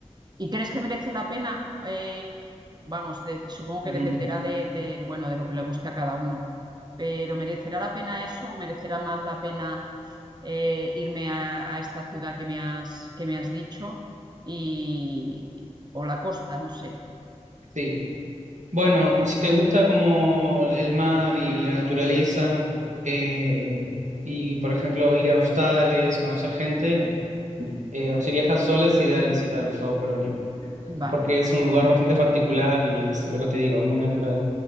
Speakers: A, on the right; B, on the right.
A: ¿Y crees que merece la pena? Eh, vamos, de- supongo que
B: Ujú.
A: dependerá de, de, bueno, de lo que le guste a cada uno, pero ¿merecerá la pena eso o merecerá más la pena eh, irme a, a esta ciudad que me has, que me has dicho y, o la costa, no sé.
B: Sí. Bueno, si te gusta como el mar y la naturaleza, eh, y por ejemplo ir a hostales, conocer gente, eh, o si viajas sola es ideal visitar el Cabo Polonio,
A: Vale.
B: porque es un lugar bastante particular y es lo que te digo, es muy natural.